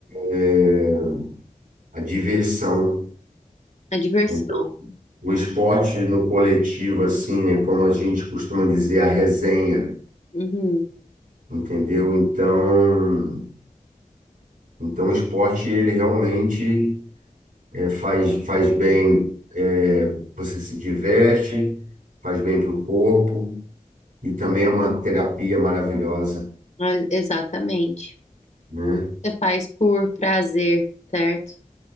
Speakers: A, on the right (about 80°); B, on the left (about 55°).
A: É a diversão.
B: a diversão.
A: Entendeu? O esporte no coletivo, assim, né, como a gente costuma dizer, a resenha,
B: Uhum,
A: entendeu? Então, então o esporte, ele realmente é, faz, faz bem, é, você se diverte, faz bem para o corpo e também é uma terapia maravilhosa,
B: é- exatamente.
A: né?
B: Você faz por prazer, certo?